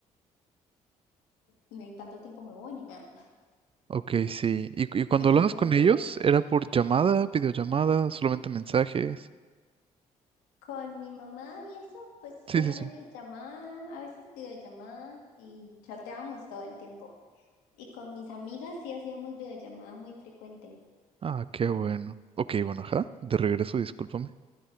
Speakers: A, on the left; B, on the right.
A: "No, en tanto tiempo me voy ni nada.
B: Ok, sí. ¿Y, cu- y cuando
A: Entonces,
B: hablabas con ellos, era por llamada, videollamada, solamente mensajes?
A: Con mi mamá y eso, pues
B: Sí,
A: solamente
B: sí, sí.
A: llamada, a veces videollamada y chateábamos todo el tiempo. Y con mis amigas sí hacíamos videollamada muy frecuente.
B: Ah, qué bueno. Ok, bueno, ajá, de regreso, discúlpame.